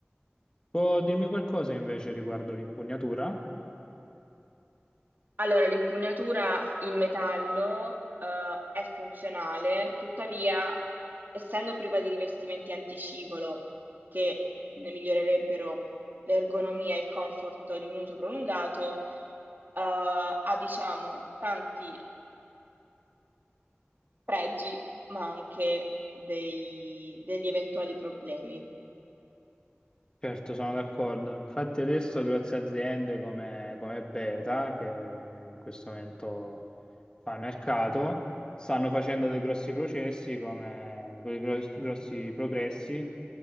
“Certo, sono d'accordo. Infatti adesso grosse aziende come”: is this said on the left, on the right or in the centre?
Left